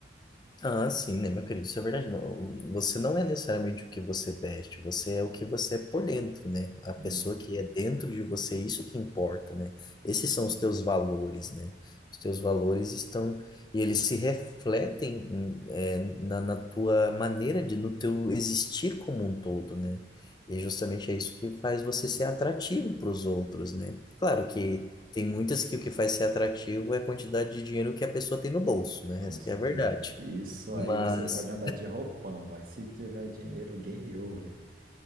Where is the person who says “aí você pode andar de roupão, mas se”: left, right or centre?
Right